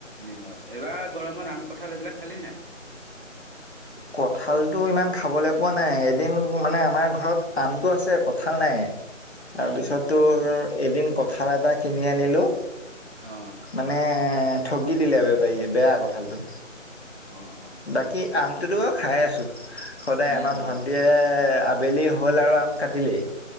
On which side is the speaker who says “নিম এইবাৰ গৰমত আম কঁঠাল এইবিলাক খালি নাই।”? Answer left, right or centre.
Right